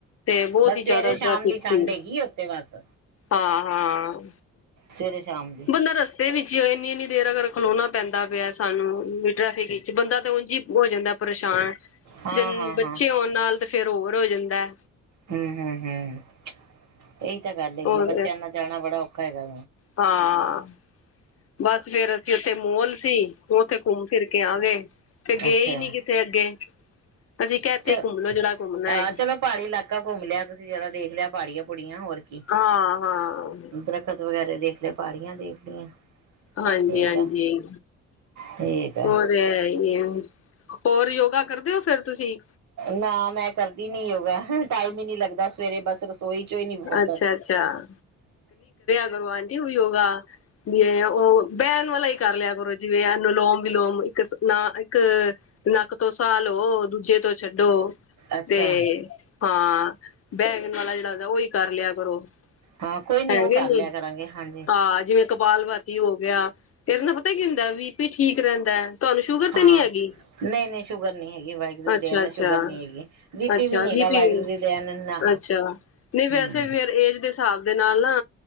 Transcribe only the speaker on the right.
ਬਸ
ਸਵੇਰੇ ਸ਼ਾਮ
ਦੀ ਠੰਡ
ਹੈਗੀ ਆ ਉੱਥੇ ਬਸ।
ਸਵੇਰੇ ਸ਼ਾਮ ਦੀ।
ਹਾਂ
ਹਾਂ ਹਾਂ
ਹੂੰ ਹੂੰ ਹੂੰ, ਇਹੀ ਤਾਂ ਗੱਲ ਹੈਗੀ
ਆ ਬੱਚਿਆਂ ਨਾਲ ਜਾਣਾ ਬੜਾ ਔਖਾ ਹੈਗਾ।
ਅੱਛਾ
ਚ
ਆਹ
ਚਲੋ ਪਹਾੜੀ ਇਲਾਕਾ ਘੁੰਮ ਲਿਆ ਤੁਸੀਂ ਜਿਆਦਾ ਦੇਖ ਲਿਆ ਪਹਾੜੀਆਂ ਪੁੜੀਆਂ ਹੋਰ ਕੀ।
ਦਰੱਖਤ ਵਗੈਰਾ ਦੇਖ ਲਿਆ ਪਹਾੜੀਆਂ ਦੇਖ ਲਈਆਂ।
ਠੀਕ
ਆ ਠੀਕ ਆ
ਨਾ ਮੈਂ ਕਰਦੀ ਨੀ ਯੋਗਾ ਟਾਈਮ ਹੀ ਨੀ ਲੱਗਦਾ। ਸਵੇਰੇ ਬਸ ਰਸੋਈ ਚੋਂ ਹੀ ਨਹੀਂ ਫੁਰਦਾ
ਹੂੰ,
ਅੱਛਾ
ਹਾਂ ਕੋਈ
ਉਹ ਕਰ
ਲਿਆ ਕਰਾਂਗੇ ਹਾਂਜੀ
ਹਾਂ
ਨਹੀਂ ਨਹੀਂ ਸ਼ੂਗਰ ਨਹੀਂ ਹੈਗੀ ਵਾਈ
ਦਇਆ ਨਾਲ
ਸ਼ੂਗਰ ਨੀ ਹੈਗੀ ਵੀ
ਪੀ ਵੀ ਨੀ
ਹੈਗਾ ਵਾਹਿਗੁਰੂ
ਦੀ ਦਇਆ ਨਾ।
ਹਮ